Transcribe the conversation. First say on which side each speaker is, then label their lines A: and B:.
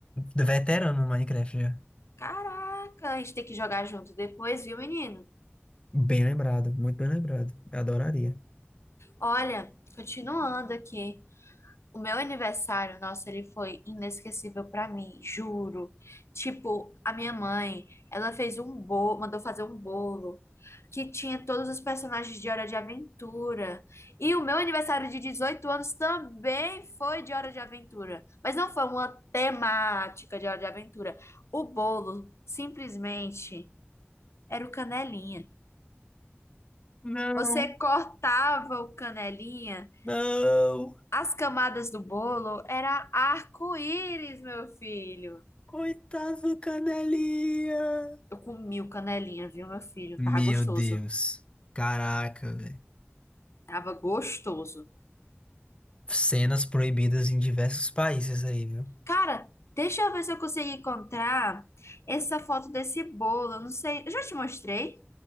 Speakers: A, on the left (about 25°); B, on the left (about 85°).
A: veterano no Minecraft já.
B: Caraca, a gente tem que jogar junto depois, viu, menino?
A: Bem lembrado, muito bem lembrado. Eu adoraria.
B: Olha, continuando aqui, o meu aniversário, nossa, ele foi inesquecível pra mim, juro. Tipo, a minha mãe, ela fez um bolo, mandou fazer um bolo que tinha todos os personagens de Hora de Aventura. E o meu aniversário de 18 anos também foi de Hora de Aventura, mas não foi uma temática de Hora de Aventura. O bolo simplesmente era o canelinha.
A: Não,
B: Você cortava o canelinha
A: não!
B: As camadas do bolo era arco-íris, meu filho.
A: Coitado do Canelinha!
B: Eu comi o canelinha, viu, meu filho?
A: Meu
B: Tava gostoso.
A: Deus. Caraca, velho.
B: Tava gostoso.
A: Cenas proibidas em diversos países aí, viu?
B: Cara, deixa eu ver se eu consigo encontrar essa foto desse bolo. Eu não sei. Eu já te mostrei?